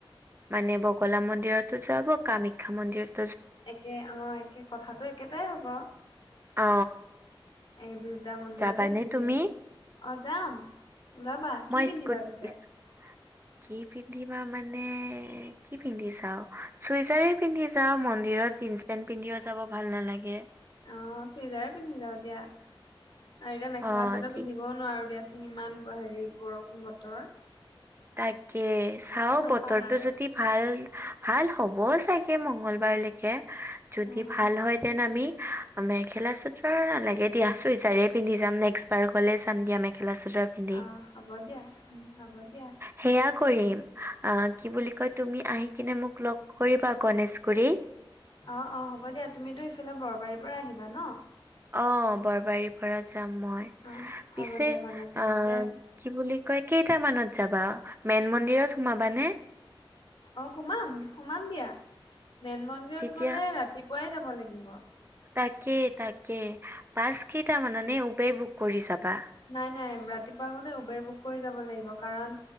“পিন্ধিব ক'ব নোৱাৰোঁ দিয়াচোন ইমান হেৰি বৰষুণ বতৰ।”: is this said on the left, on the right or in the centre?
Left